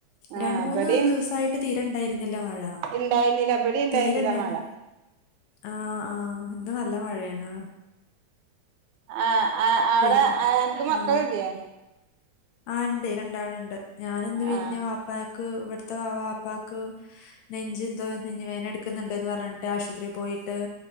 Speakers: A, on the right; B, on the left.
A: ആ
B: രണ്ട മൂന്ന്
A: ഇബടിം
B: ദിവസായിട്ട് തീരെണ്ടാ ഇല്ല മഴ
A: ഇണ്ടായിരുന്നില്ല ഇബടിം ഇണ്ടായിരുന്നില്ല
B: തീരെണ്ടായില്ല
A: മഴ
B: ആ ആ ഇന്ന് നല്ല മഴയാണ്
A: ആഹ് ആ അവിടെ
B: പിന്നെ
A: അനക്ക് മക്കൾഇല്ലേ
B: ആ ആ ണ്ട് രണ്ടാള്ണ്ട് ഞാന് എന്ത് പിന്നെ
A: ആ
B: വാപ്പാക്ക് ഇവ്ട്ത്തെ വാപ്പാക്ക് നെഞ്ചി എന്തോ നെഞ് വേദന എടു ട് ക്ക്ന്ന്ണ്ട് പറഞ്ഞിട്ട് ആശുപത്രി പോയിട്ട്